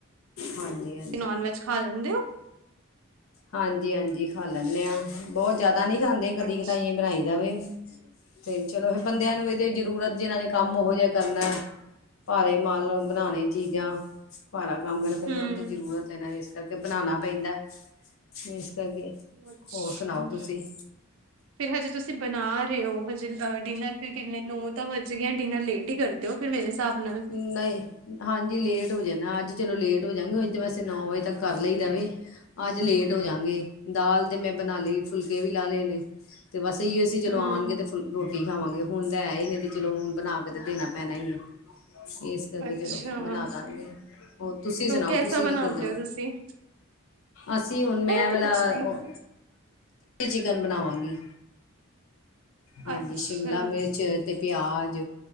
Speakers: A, on the left; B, on the right.
A: ਹਾਂਜੀ, ਹਾਂ।
B: ਨੋਨ- ਵੈੱਜ ਖਾ ਲੈਂਦੇ ਹੋ?
A: ਹਾਂਜੀ, ਹਾਂਜੀ ਖਾ ਲੈਂਦੇ ਹਾਂ। ਬਹੁਤ ਜ਼ਿਆਦਾ ਨਹੀਂ ਖਾਂਦੇ, ਕਦੀ-
B: ਅੱਛ
A: ਕਿਤਾਈ ਬਣਾਈ ਦਾ ਵੇ। ਤੇ ਚਲੋ ਫਿਰ, ਬੰਦਿਆਂ ਨੂੰ ਇਹਦੇ ਜ਼ਰੂਰਤ ਜਿਨਾਂ ਨੇ ਕੰਮ ਉਹੋ ਜਿਹਾ ਕਰਨਾ। ਭਾਰੇ ਮਾਲ ਬਣਾਣੇ, ਚੀਜ਼ਾਂ। ਭਾਰਾ ਕੰਮ ਕਰ ਫੇਿਰ‌,
B: ਹੂੰ।
A: ਉਹ ਨੂੰ ਤੇ ਜ਼ਰੂਰਤ ਹੈ ਨਾ। ਇਸ ਕਰਕੇ ਬਣਾਉਣਾ ਪੈਂਦਾ। ਇਸ ਕਰਕੇ,
B: ਅੱਛਾ,
A: ਹੋਰ ਸੁਣਾਓ ਤੁਸੀਂ?
B: ਫਿਰ ਹਜੇ ਤੁਸੀਂ, ਬਣਾ ਰਹੇ ਹੋ, ਹਜੇ ਅ ਡਿਨਰ ਫਿਰ ਕਿੰਨੇ, ਨੇ ਤ ਵਜ ਗਏ ਆ। ਡਿਨਰ ਲੇਟ ਠੀਕ ਕਰਦੇਓ ਫਿਰ, ਮੇਰੇ ਹਿਸਾਬ ਨਾਲ।
A: ਨਹੀਂ ਹਾਂਜੀ ਲੇਟ ਹੋ ਜਾਂਦਾ, ਅੱਜ ਚਲੋ ਲੇਟ ਹੋ ਜਾਂਗੇ, ਉਜ ਤੇ ਵੈਸੇ ਨੌ ਵਜੇ ਤੱਕ ਕਰ ਲਈ ਦਾ ਵੇ, ਅੱਜ ਲੇਟ ਹੋ ਜਾਂਗੇ। ਦਾਲ ਤੇ ਮੈਂ ਬਣਾ ਲਈ, ਫੁਲਕੇ ਵੀ ਲਾ ਲਏ ਨੇ। ਤੇ ਬਸ ਏਹਿਯੋ ਹੀ ਸੀ। ਚਲੋ,
B: ਹੂੰ,
A: ਆਉਣਗੇ ਤੇ। ਰੋਟੀ ਖਾਵਾਂਗੇ, ਹੁਣ ਲੈ ਆਏ ਨੇ, ਤੇ ਚਲੋ, ਹੁਣ ਬਣਾ ਕੇ ਤੇ ਦੇਣਾ ਪੈਣਾ ਹੀ ਹੈ। ਏਸ ਕਰਕੇ
B: ਅੱਛਾ
A: ਚਲੋ, ਬਣਾ ਦਾਂਗੇ। ਹੋਰ ਤੁਸੀਂ
B: ਤੋ
A: ਸੁਣਾਓ?
B: ਕੈਸਾ
A: ਤੁਸੀਂ
B: ਬਣਾਉਂਦੇ
A: ਕੀ ਕਰਦੇ ਹੋ?
B: ਤੁਸੀਂ?
A: ਅਸੀਂ, ਹੁਣ ਮੈਂ ਏ ਵਾਲਾ
B: ਤਾਂ ਕੁਛ ਨਹੀਂ
A: ਉਹ ਚਿਕਨ ਬਣਾਵਾਂਗੀ, ਹਾਂਜੀ
B: ਅੱਛਾ,
A: ਸ਼ਿਮਲਾ ਮਿਰਚ ਤੇ ਪਿਆਜ